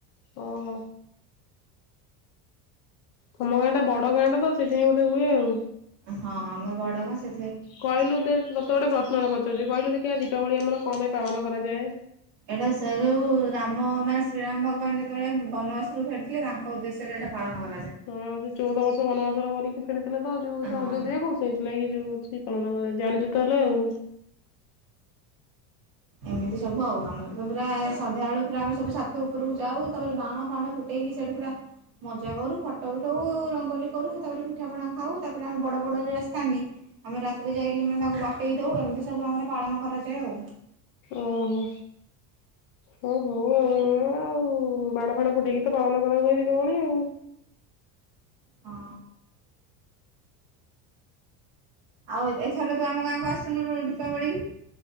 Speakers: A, on the left; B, on the right.
A: ଓ ହୋ। ତମ ଗାଁ ଟା ବଡ ଗାଁ ଟା ତ ସେଇଥିାଇଁ ବୋଧେ ହୁଏ ଆଉ।
B: ହଁ ଆମେ ବଡ ଗାଁ ସେ
A: କହିଲୁ ତ-ତ-ତତେ ଗୋଟେ ପ୍ରଶ୍ନ ତେ ପଚାରୁଛି କହିଲୁ ଦେଖିବା ଦୀପାବଳି ଆମର। କଣ ପାଇଁ ପାଳନ କରାଯାଏ।
B: ଏଇଟା ସେ ଯଉ ରାମ ମାନେ ଶ୍ରୀରାମ ଭ ଭଗବାନ ଯେତେବେଳେ ବନବାସରୁ ଫେରିଥିଲେ ତାଙ୍କ ଉଦ୍ଦେଶ୍ୟରେ ଏଟା ପାଳନ କରା
A: ହଁ ସେ ଚଉଦ ବର୍ଷ ବନବାସ କରିକି। ଫେରିଥିଲେ ତ ଯୋଉ ଯୋଉ
B: ହଁ।
A: ଅଯୋଧ୍ୟା କୁ ସେଇଥି ଲାଗି କ ଯୋଉ ହଉଚି ପାଳନ କରା ଜାଣିଚୁ ତାହେଲେ ଆଉ।
B: ଏମିତି ସବୁ ଆଉ ଆମର ତ ପୁରା ସନ୍ଧ୍ୟା ବେଳ ପୁରା ଆମେ ସବୁ ଛାତ ଉପରକୁ ଯାଉ ତାପରେ ବାଣ ଫାଣ ଫୁଟେଇକି ସେଇଠି ପୁରା ମଜା କରୁ ଫଟୋ ଉଠଉ ରଙ୍ଗୋଲି କରୁ ତାପରେ ପିଠାପଣା ଖାଉ ତାପରେ ଆମେ ବଡ଼ ବଡୁଆ ଯଉ ଆସିଥାନ୍ତି ଆମେ ରାତିରେ ଯାଇକି ମାନେ ତାକୁ ବାଟେଇ ଦେଉ ଏମିତି ସବୁ ଆମର ପାଳନ କରାଯାଏ ଆଉ।
A: ଓହୋ ହ ହଉ ଆଉ। ଆଉ ବାଣ ଫାଣ ଫୁଟେଇକି ତ ପାଳନ କରା ହୁଏ ଦୀପାବଳି ଆଉ।
B: ହଁ। ଆଉ ଏ ଏଥର ତୁ ଆମ ଗାଁକୁ ଆସୁ <unintelligible> ଦୀପାବଳି।